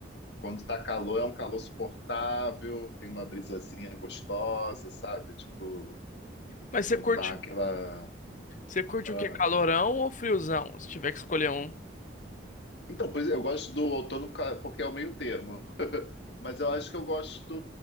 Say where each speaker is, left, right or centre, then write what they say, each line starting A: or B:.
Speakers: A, on the left (about 65°); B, on the left (about 45°).
A: quando tá calor é um calor suportável, tem uma brisazinha gostosa, sabe? Tipo,
B: mas
A: não
B: você curte,
A: tá aquela
B: você curte
A: ah.
B: o quê? Calorão ou friozão? Se tiver que escolher um.
A: Então, pois é, eu gosto do outono ca- porque é o meio termo. <laughs> Mas eu acho que eu gosto,